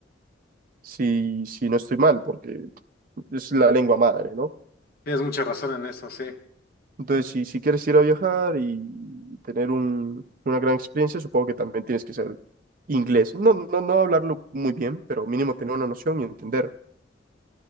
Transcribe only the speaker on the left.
tienes mucha razón en eso, sí.